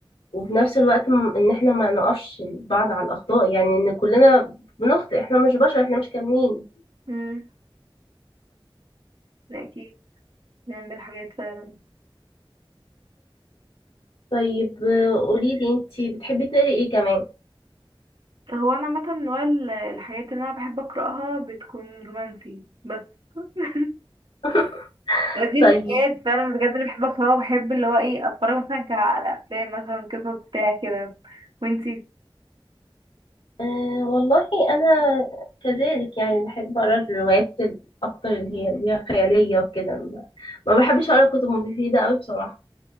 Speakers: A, on the left; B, on the right.
A: وفي نفس الوقت م- ان احنا ما نقفش بعض على الاخطاء يعني ان كلنا بنخطئ احنا مش بشر احنا مش كاملين
B: مم. اكيد نعمل حاجات فعلا
A: طيب آه، قولي لي انتي بتحبي تقري ايه كمان
B: هو انا عامه نوع ال- الحاجات اللي انا بحب اقراها بتكون رومانسي بس <laughs>
A: <laughs>
B: دي
A: طيب
B: الحاجات فعلا بجد اللي بحب اقراها وبحب اللي هو ايه اتفرج مثلا ك- على افلام مثلا قصص بتاع كده وانتي
A: آه والله انا كذلك يعني بحب اقرا الروايات ال- اكتر اللي هي اللي هي خياليه وكده ما ما بحبش اقرا كتب مفيده قوي بصراحه